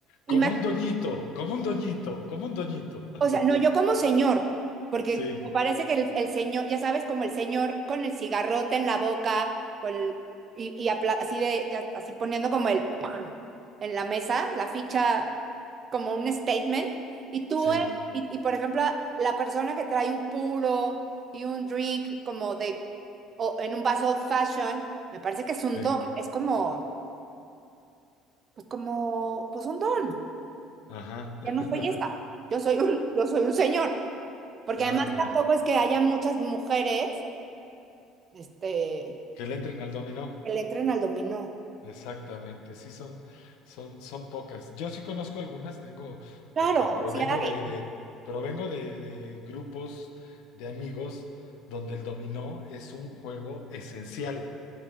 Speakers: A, on the right; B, on the left.
A: imagino
B: como un doñito, como un doñito, como un doñito. <laughs>
A: O sea, no, yo como señor, porque
B: Sí,
A: me parece que el, el señor, ya sabes, como el señor con el cigarrote en la boca, con el- y, y apla- así de, ya- así poniendo como el en la mesa, la ficha como un statement, y tú,
B: sí,
A: eh, y, y por ejemplo, la persona que trae un puro y un drink como de, o en un vaso old fashion, me parece que es un
B: sí,
A: don, es como, pues como, pues un don,
B: ajá. <laughs>
A: yo no soy esa, yo soy un, yo soy un señor. Porque
B: Ah,
A: además
B: bueno,
A: tampoco es que haya muchas mujeres, este,
B: que le entren al dominó.
A: que le entren al dominó.
B: Exactamente, sí son, son, son pocas. Yo sí conozco algunas, tengo,
A: Claro,
B: porque provengo
A: sí hay.
B: de, de- provengo de, de grupos de amigos donde el dominó es un juego esencial